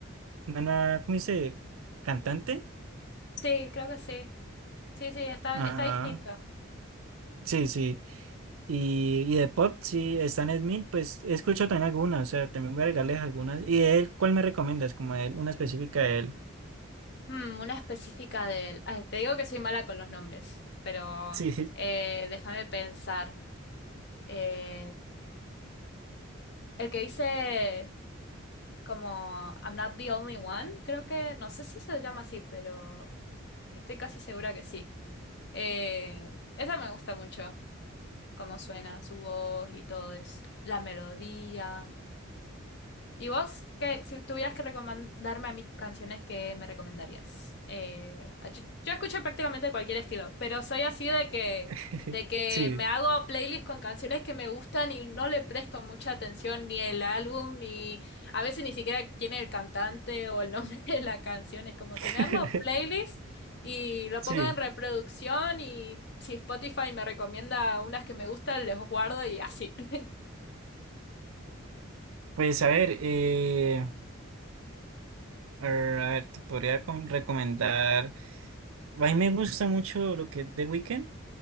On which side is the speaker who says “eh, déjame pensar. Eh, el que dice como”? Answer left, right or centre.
Left